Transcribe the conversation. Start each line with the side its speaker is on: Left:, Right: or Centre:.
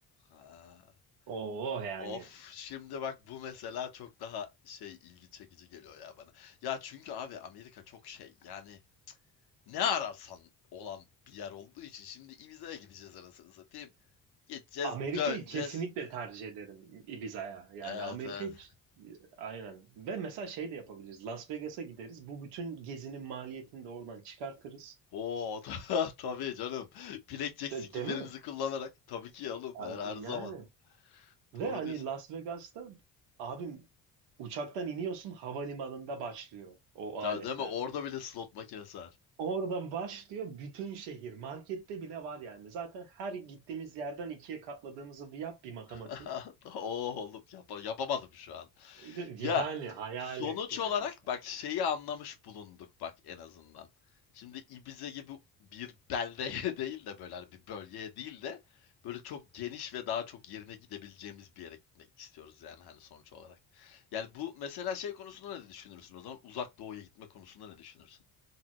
Left: Ha.
Right: o yani.
Left: Of şimdi bak bu mesela çok daha şey ilgi çekici geliyor ya bana. Ya çünkü abi Amerika çok şey yani ne ararsan olan bir yer olduğu için şimdi Ibiza'ya gideceğiz anasını satayım. Gideceğiz,
Right: Amerika'yı
Left: döneceğiz.
Right: kesinlikle tercih ederim Ibiza'ya. Yani
Left: Evet
Right: Amerika'yı
Left: evet.
Right: aynen. Ve mesela şey de yapabiliriz. Las Vegas'a gideriz. Bu bütün gezinin maliyetini de oradan çıkartırız.
Left: Oo <laughs> tabii canım. Blackjack
Right: De,
Left: skill'lerimizi
Right: değil mi?
Left: kullanarak. Tabii ki ya oğlum
Right: Yani
Left: her, her zaman.
Right: yani. Ve
Left: Doğru
Right: hani
Left: diyorsun.
Right: Las Vegas'ta abim uçaktan iniyorsun havalimanında başlıyor o
Left: Tabii
Right: aletler.
Left: değil mi? Orada bile slot makinesi var.
Right: Oradan başlıyor bütün şehir. Markette bile var yani. Zaten her gittiğimiz yerden ikiye katladığımızı yap bir matematiği.
Left: <laughs> Oo oğlum yapa- yapamadım şu an.
Right: <laughs>
Left: Ya,
Right: Yani hayal
Left: sonuç
Right: et yani
Left: olarak bak şeyi anlamış bulunduk bak en azından. Şimdi Ibiza gibi bir beldeye <laughs> değil de böyle hani bir bölgeye değil de böyle çok geniş ve daha çok yerine gidebileceğimiz bir yere gitmek istiyoruz yani hani sonuç olarak. Yani bu mesela şey konusunda ne düşünürsün o zaman? Uzak Doğu'ya gitme konusunda ne düşünürsün?